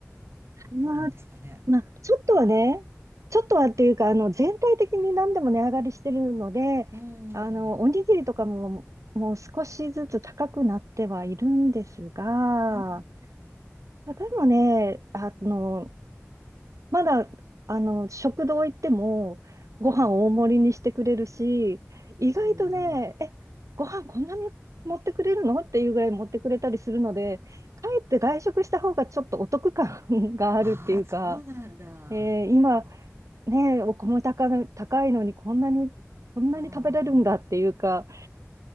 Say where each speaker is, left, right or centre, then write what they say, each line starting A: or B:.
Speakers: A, on the right (about 80°); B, on the right (about 50°).
A: まあ、
B: どうなんですかね。
A: まあ、ちょっとはね、ちょっとはっていうか、あの、全体的に何でも値上がりしてるので、
B: う
A: あの、
B: ん。
A: おにぎりとかも、もう少しずつ高くなってはいるんですが、
B: うん。
A: でもね、あの、まだ、あの、食堂行っても、
B: うん。
A: ご飯大盛りにしてくれるし、意外とね、
B: おお。
A: え、ご飯こんなに持ってくれるのっていうぐらい持ってくれたりするので、かえって外食した方がちょっとお得感 <laughs> があるっていうか、
B: ああ、そうなんだ。
A: えー今、ね、お米高い、高いのにこんなに、こんなに食べれるんだっていうか、
B: うんう